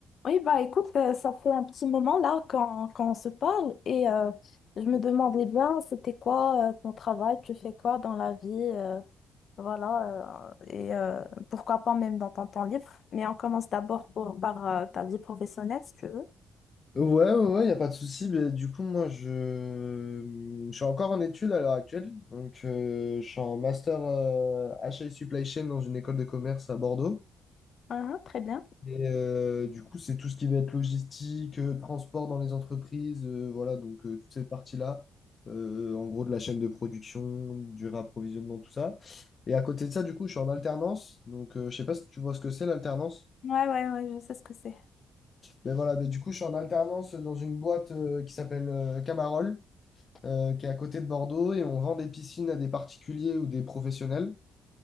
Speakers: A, on the left (about 55°); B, on the left (about 40°).
A: Oui, bah écoute, euh, ça fait un petit moment là qu'on qu'on se parle et euh, je me demandais bien c'était quoi euh, ton travail, tu fais quoi dans la vie, euh, voilà, euh, et euh, pourquoi pas même dans ton temps libre. Mais on commence d'abord pour- par euh, ta vie professionnelle si tu veux.
B: Ouais, ouais, ouais, y a pas de souci. Mais du coup, moi, je, je suis encore en études à l'heure actuelle. Donc, euh, je suis en master euh, HI Supply Chain dans une école de commerce à Bordeaux.
A: Ah, très bien.
B: Et euh, du coup, c'est tout ce qui va être logistique, euh, transport dans les entreprises, euh, voilà, donc euh, toute cette partie-là. Euh, en gros, de la chaîne de production, du réapprovisionnement, tout ça. Et à côté de ça, du coup, je suis en alternance. Donc, euh, je sais pas si tu vois ce que c'est l'alternance.
A: Ouais, ouais, ouais, je sais ce que c'est.
B: Mais voilà, mais du coup, je suis en alternance dans une boîte euh, qui s'appelle euh, Camarol. euh, qui est à côté de Bordeaux et on vend des piscines à des particuliers ou des professionnels.